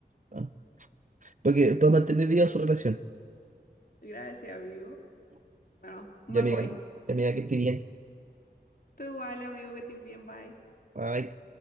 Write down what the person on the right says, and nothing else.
Ah, Porque para mantener viva su relación.
Ya, amiga,
ya, amiga, que esté bien.
Bye.